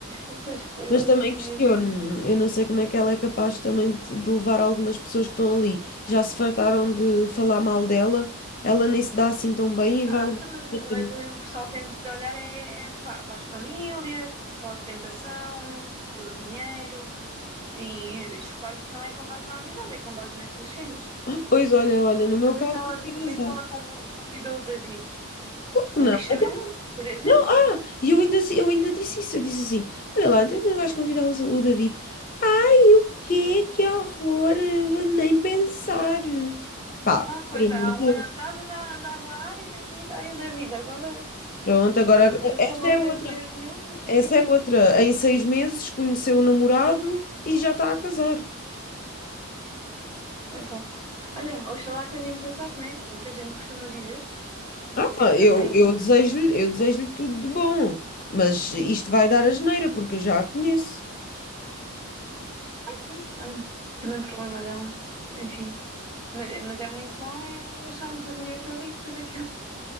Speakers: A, on the right; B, on the left.
A: essas coisas
B: Mas também
A: são
B: questiono-me,
A: mesmo.
B: eu não sei como é que ela é capaz também de de levar algumas pessoas que estão ali. Já se fartaram de falar mal dela, ela nem se dá assim tão bem e vai
A: Ah,
B: levar
A: então,
B: a
A: mas, mas
B: porcaria.
A: o pessoal tem de olhar é pa- para, as famílias, para a ostentação, do dinheiro, e escolhe-se não é com base na amizade, é com base nessas cenas.
B: Ah, pois olha, olha, no meu
A: Mas vê
B: caso
A: se ela,
B: não tem
A: vê
B: azar.
A: se ela convo- convidou o David.
B: Claro que
A: Não
B: não.
A: quis saber
B: Então,
A: dele, por exemplo.
B: Não, ah, e eu ainda, eu ainda disse isso, eu disse assim, olha lá, então ainda não vais convidar o, o David. Ai, o quê? Que horror, nem pensar. Pá,
A: Ah, pois
B: pelo
A: há
B: amor
A: um
B: de
A: ano
B: Deus.
A: atrás andava, andava ai o David, ai o David, agora
B: Pronto, agora
A: apercebeu-se
B: esta
A: que ele não
B: é outra.
A: tem dinheiro nenhum, coitadinho.
B: Essa é outra. Em seis meses conheceu o namorado e já está a casar.
A: Epá. Olha, oxalá que tenha muita sorte, né? É O que a gente costuma dizer. Pode ser
B: Ah,
A: que
B: eu,
A: também
B: eu desejo-lhe, eu desejo-lhe tudo de bom, mas isto vai dar a asneira porque eu já a conheço.
A: Pá, olha, também problema dela. Enfim, ma- mas, é muito mal é gastarmos o dinheiro todo e depois aquilo